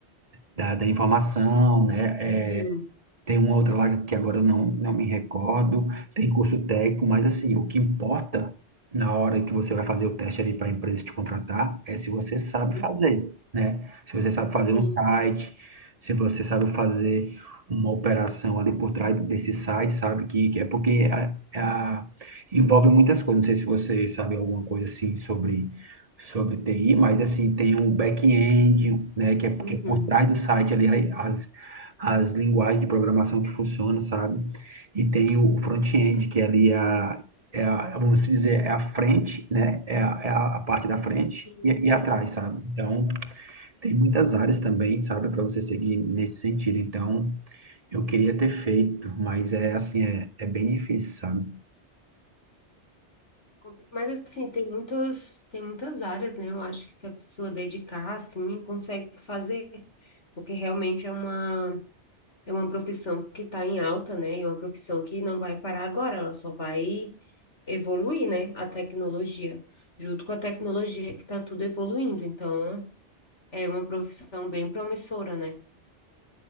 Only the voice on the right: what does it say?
da, da informação, né,
é, tem uma outra lá que agora eu não, não me recordo, tem curso técnico, mas assim, o que importa na hora que você vai fazer o teste ali para a empresa te contratar é se você sabe
fazer, né? Se você sabe
fazer um site, se você sabe fazer uma operação ali por trás desse site, sabe? Que, que é porque a- a- envolve muitas coisas. Não sei se você sabe alguma coisa assim sobre, sobre TI, mas assim, tem um back-end, né? Que é porque
por trás do site ali, aí, as as linguagens de programação que funcionam, sabe? E tem o front-end, que ali é a, é a, vamos dizer, é a frente, né? É a, é a parte da frente
e, e atrás, sabe? Então, tem muitas áreas também, sabe? Para você seguir nesse
sentido. Então, eu queria ter feito, mas é assim, é, é bem difícil, sabe?